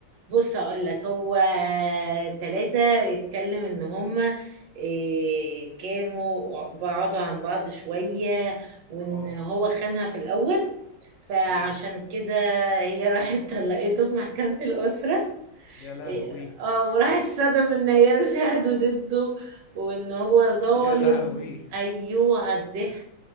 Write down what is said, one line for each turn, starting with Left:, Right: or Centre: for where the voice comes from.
Right: بص هقول لك هو تلاتة يتكلم ان هما إيه، كانوا بعدوا عن بعض شوية وان
Left: اه
Right: هو خانها في الاول فعشان
Left: مم.
Right: كده هي <laughs> راحت طلقته في محكمة الاسرة
Left: يا لهوي
Right: إيه، اه وراح اتصدم ان هي شهدوا ضده وان هو ظالم
Left: يا لهوي
Right: ايوه على الضحك